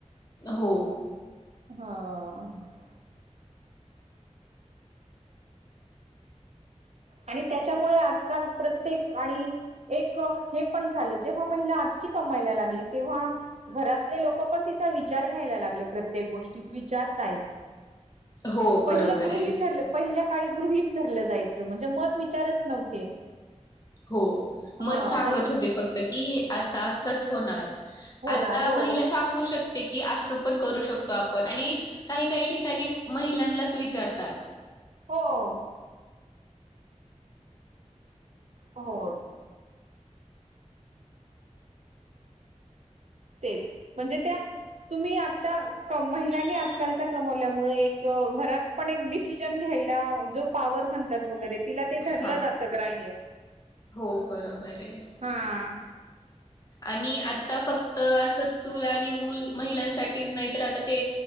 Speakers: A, on the left; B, on the right.
A: हो.
B: हा. आणि त्याच्यामुळे आजकाल प्रत्येक आणि एक हे पण झालं, जेव्हा महिला आजची कमायला लागली तेव्हा घरातले लोक पण तिचा विचार घ्यायला लागले प्रत्येक गोष्टीत, विचारतायत.
A: हो बरोबर
B: पहिलं गृह
A: आहे
B: ठरलं. पहिल्या काळी गृहीत धरलं जायचं, म्हणजे मत विचारत नव्हते.
A: हो,
B: हा
A: मग सांगत
B: हल
A: होते फक्त की असं असच होणार.
B: होणार
A: आता
B: हो
A: महिला सांगू शकत ते की असं पण करू शकतो आपण, आणि काही- काही ठिकाणी महिलांनाच विचारतात.
B: हो. हो. तेच, म्हणजे त्या तुम्ही आता कम, महिलांनी आजकालच्या कमवल्यामुळे एक घरात पण एक डिसिजन घ्यायला जो पावर म्हण त्यात वगैरे तिला ते धरलं
A: हा
B: जातं ग्राह्य.
A: हो बरोबर हेय
B: हा
A: आणि आत आता फक्त असं चूल आणि मूल. महिलांसाठीच नाही, तर आता ते